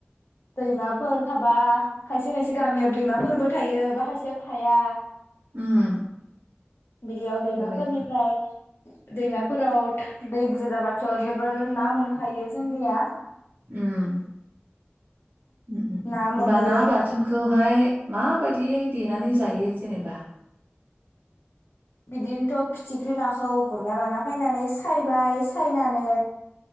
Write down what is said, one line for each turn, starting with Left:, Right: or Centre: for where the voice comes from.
Left: दैमाफोर थाबा खायसे खायसे गामियाव दैमाफोरबो थायो बा खायसेया थाया।
Right: उम
Left: बिदियाव दैमाफोरनिफ्राय
Right: बेबायदि
Left: दैमाफोराव दै बुरजा जाबाथ' जोबोर ना मोनखायो जोंनिया
Right: उम उम उम उम
Left: ना
Right: होमबा
Left: मोनो
Right: ना बाथोनखौहाय माबायदि देनानै जायो जेनेबा
Left: बिदिनोथ' फिथिख्रि नाखौ गुरना लाना फैनानै सायबाय सायनानै